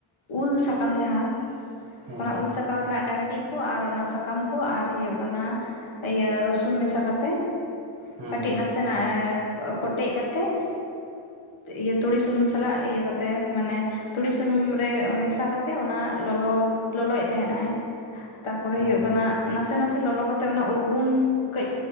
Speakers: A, on the left (about 75°); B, on the right (about 50°).
A: ᱩᱞ ᱥᱟᱠᱟᱢ ᱡᱟᱦᱟᱸ
B: ᱦᱮᱸ
A: ᱚᱱᱟ ᱩᱞ ᱥᱟᱠᱟᱢ ᱨᱮᱱᱟᱜ ᱰᱟᱹᱱᱴᱜ ᱠᱩ ᱟᱨ ᱚᱱᱟ ᱥᱟᱠᱟᱢ ᱠᱚ ᱟᱨ ᱦᱮᱭᱩᱜ ᱠᱟᱱᱟ ᱤᱭᱟ ᱨᱩᱥᱩᱱ ᱢᱮᱥᱟ ᱠᱟᱛᱮ
B: ᱦᱮᱸ
A: ᱠᱟᱹᱴᱤᱡ ᱱᱟ ᱥᱮᱱᱟᱜ ᱠᱚᱴᱮᱡ ᱠᱟᱛᱮ ᱤᱭᱟᱹ ᱛᱩᱲᱤ ᱥᱩᱱᱩᱢ ᱥᱟᱞᱟᱜ ᱤᱭᱟᱹ ᱠᱟᱛᱮ ᱢᱟᱱᱮ ᱛᱩᱲᱤ ᱥᱩᱱᱩᱢ ᱨᱮ ᱢᱮᱥᱟ ᱠᱟᱛᱮᱜ ᱚᱱᱟ ᱞᱚᱞᱳ ᱞᱚᱞᱚᱭᱮᱫ ᱛᱟᱸᱦᱮᱱᱟᱭ, ᱛᱟᱨᱯᱚᱨᱮ
B: ᱦᱮᱸ
A: ᱦᱩᱭᱩᱜᱳᱜ ᱠᱟᱱᱟ ᱱᱟᱥᱮ ᱱᱟᱥᱮ ᱞᱚᱞᱚ ᱠᱟᱛᱮᱜ ᱚᱱᱟ ᱩᱨᱜᱩᱢ ᱠᱟᱹᱡ